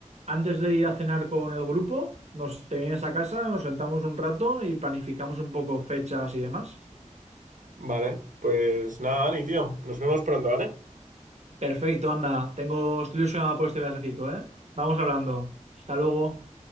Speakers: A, on the right; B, on the right.
A: antes de ir a cenar con el grupo, nos te vienes a casa, nos sentamos un rato y planificamos un poco fechas y demás.
B: Vale, pues nada, Dani, tío, nos vemos pronto, ¿vale?
A: Perfecto, anda, tengo, estoy ilusionado por este viajecito, ¿eh? Vamos hablando. Hasta luego.